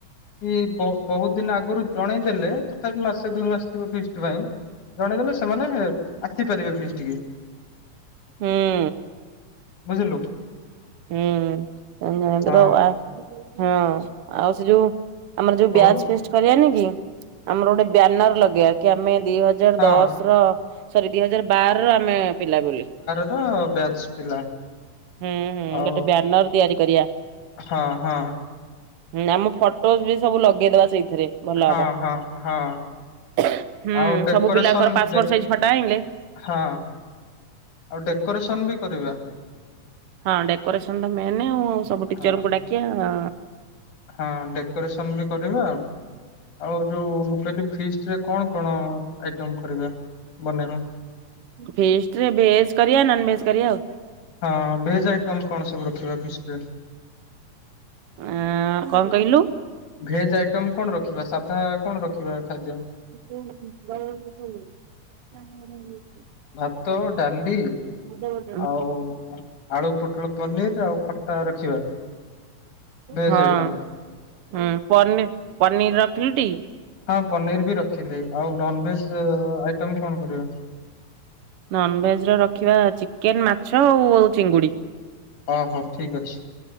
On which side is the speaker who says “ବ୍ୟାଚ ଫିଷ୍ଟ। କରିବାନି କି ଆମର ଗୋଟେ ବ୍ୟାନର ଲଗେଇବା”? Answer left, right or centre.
Right